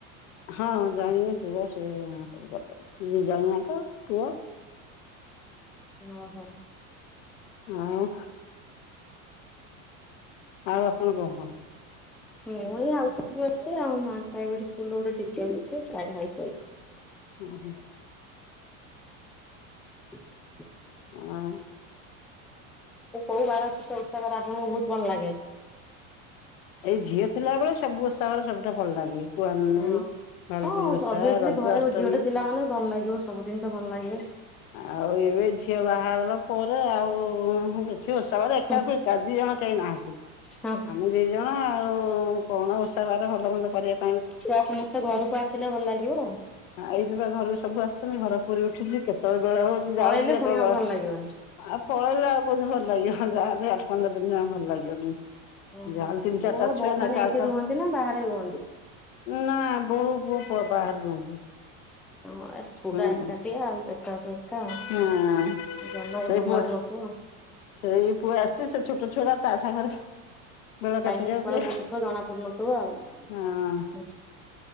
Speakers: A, on the left (about 75°); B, in the centre.
A: ହଁ ଜାଣିବ ପୁଅ ସବୁ ଇଏ ସବୁ କରିଦବ। ଦିଜଣ ଜାକ ପୁଅ
B: ନ ହ।
A: ହଁ। ଆଉ ଆପଣ କ କଣ?
B: ହଁ ମୁଁ ଏଇ ହାଉସ୍ ୱାଇଫ୍ ଅଛି ଆଉ। ମା ପ୍ରାଇଭେଟ୍ ସ୍କୁଲରେ ଗୋଟେ ଟିଚ଼ର ଅଛି ଆଉ ଭାଇ
A: କଣ
B: <unintelligible> ହୁଁ <inaudible>
A: ହଁ।
B: କୋଉ ବାର କେତେ ଉତ୍ସବ ରା ମୁଁ ବହୁତ ଭଲ ଲାଗେ।
A: ଏଇ ଝିଅ ଥିଲା ବେଳେ, ସବୁ ଓଷା ବାର ସବୁଠା ଭଲ ଲାଗେ। କୁଆଁର ପୁନେଇ,
B: ହଁ
A: ଭାଲୁକୁଣୀ
B: ହଁ
A: ଓଷା,
B: ଅଭିଅସଲି
A: ରଜ
B: ଘରେ
A: ଅଷ୍ଟମୀ
B: ଝିଅଟେ ଥିଲା ମାନେ ଭଲ ଲାଗିବ ସବୁ ଜିନିଷ ଭଲ ଲାଗିବ।
A: ଆଉ ଏବେ ଝିଅ ବାହା ଘର ପରେ ଆଉ ଓଷାବାରେ ଏକାକୁ
B: ହୁଁ
A: ଏକା ଦିଜଣ କେହି ନାହାଁନ୍ତି
B: ହଁ
A: ଆମେ ଦିଜଣ ଆଉ ହଁ କଣ ଓଷା ବାାର ଭଲ ମନ୍ଦ କରିବାକୁ
B: ଛୁଆ ସମସ୍ତେ ଘରକୁ ଆସିଲେ, ଭଲ ଲାଗିବ ଆଉ।
A: ଏଇଥି ବା ଘରକୁ ସବୁ ଆସୁଛନ୍ତି ଘର ପୁରୀ ଉଠୁଛି। କେତେବେଳେ ବେଳ ହଉଛି
B: ପଳେଇଲେ
A: ଯାଉଛି, କେତେବେଳେ
B: ପୁଣି ଆଉ
A: ବ
B: ଭଲ ଲାଗିବନି।
A: ଆଉ ପଳେଇଲେ ଆଉ କହୁ ଭଲ। ଲଏ <unintelligible> ଯାହାଲେ ଆଠ ପନ୍ଦର ଦିନ ଆଉ ଭଲ ଲାଗିବନି।
B: ଓହୋ
A: ଯାହାହେଲେ ତିନି
B: ପୁଅ
A: ଚାରିଟା ଛୁଆ
B: ବୋଉ
A: ନା
B: ମାନେ
A: କାହାକୁ
B: ଏଇଠି
A: କାହାକୁ
B: ରୁହନ୍ତି ନା ବାହାରେ ରୁହନ୍ତି?
A: ନା ବୋହୂ ପୁଅ ପୁଅ ବାହାର ରୁହନ୍ତି।
B: ହଁ ଏ ପୁରା
A: ହୁଁ
B: ଏକାଠିଆ ଆଉ ଏକାକୁ ଏକା
A: ହଁ
B: ଜମା ବି
A: ସେଇ
B: ଭଲ
A: ପୁଅ
B: ଲାଗୁନଥିବ ଆଉ।
A: ସେଇ ପୁଅ <unintelligible>
B: ଟାଇମ
A: ଯାଉଛି
B: ପରେ ବସୁଥିବ ଜଣା ପଡୁନଥିବ ଆଉ
A: ହଁ।